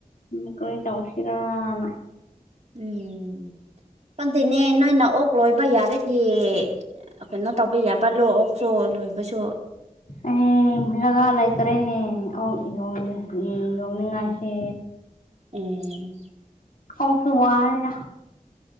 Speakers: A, on the left (about 85°); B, on the right (about 50°).
A: ꯎꯝ ꯀꯔꯤ ꯇꯧꯁꯤꯔꯥꯅ
B: ꯎꯝ ꯈꯪꯗꯦꯅꯦ ꯅꯣꯏꯅ ꯑꯣꯛ ꯂꯣꯏꯕ ꯌꯥꯔꯗꯤ ꯑꯥ ꯀꯩꯅꯣ ꯇꯧꯕ ꯌꯥꯕ ꯂꯣ ꯑꯣꯛ ꯁꯨ ꯂꯣꯏꯕꯁꯨ
A: ꯑꯩ ꯖꯒꯥ ꯂꯩꯇꯔꯦꯅꯦ ꯑꯣꯛ ꯌꯣꯟꯅꯤ ꯌꯣꯟꯅꯤꯡꯉꯥꯏꯁꯦ
B: ꯎꯝ
A: ꯈꯣꯁꯤꯔꯥ <unintelligible>